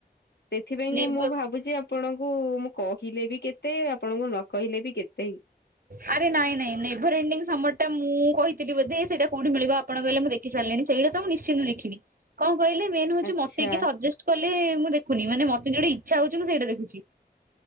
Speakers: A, on the left; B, on the right.
A: ସେଥିପାଇଁ
B: ନେବ
A: କି ମୁଁ ଭାବୁଛି? ଆପଣଙ୍କୁ ମୁଁ କହିଲେ ବି କେତେ ଆପଣଙ୍କୁ ନ କହିଲେ ବି କେତେ?
B: ଆରେ ନାଇଁ ନାଇଁ ନେଭର ଏଣ୍ଡିଂ ସମର ଟା ମୁଁ କହିଥିଲି ବୋଧେ ସେଇଟା କୋଉଠି ମିଳିବ ଆପଣ କହିଲେ ମୁଁ ଦେଖି ଦେଖି ସାରିଲେଣି ସେଇଟା ତ ମୁଁ ନିଶ୍ଚିନ୍ତ ଦେଖିନି। କଣ କହିଲେ ମେନ ହଉଛି
A: ଆଚ୍ଛା
B: ମତେ କିଏ ସଜେଷ୍ଟ କଲେ ମୁଁ ଦେଖନ ମାନେ ମତେ ଯୋଉଟା ଇଚ୍ଛା ହଉଛି ମୁଁ ସେଇଟା ଦେଖୁଛି।